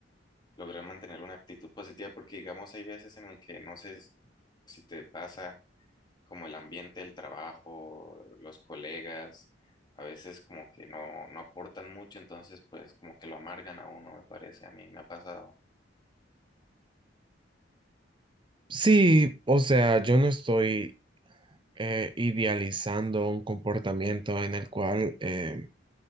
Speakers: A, on the left; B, on the right.
A: lograr mantener una actitud positiva porque, digamos, hay veces en el que no sé s- si te pasa como el ambiente del trabajo, los colegas, a veces como que no, no aportan mucho, entonces pues como que lo amargan a uno, me parece, a mí me ha pasado.
B: Sí, o sea, yo no estoy eh, idealizando un comportamiento en el cual eh,